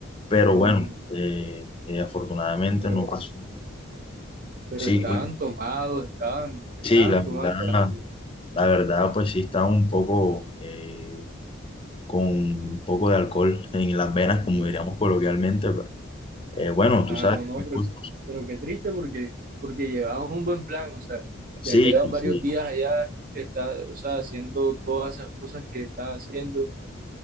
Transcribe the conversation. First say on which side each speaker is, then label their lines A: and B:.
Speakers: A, on the left; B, on the right.
A: Pero
B: Mm,
A: bueno, eh, eh, afortunadamente
B: pero,
A: no pasó.
B: pero
A: Sí,
B: estaban
A: pues,
B: tomados, estaban, estaban
A: sí, la
B: tomando
A: verdad,
B: algo.
A: la verdad, pues sí estaba un poco eh, con un poco de alcohol en las venas, como
B: Mm.
A: diríamos coloquialmente, pero eh, bueno, tú
B: Ah,
A: sabes.
B: no, Eh, no, bueno, pero,
A: pues,
B: pero qué triste porque, porque llevaban un buen plan, o sea,
A: Sí,
B: ya llevan varios
A: sí,
B: días allá, está, o sea, haciendo todas esas cosas que están haciendo,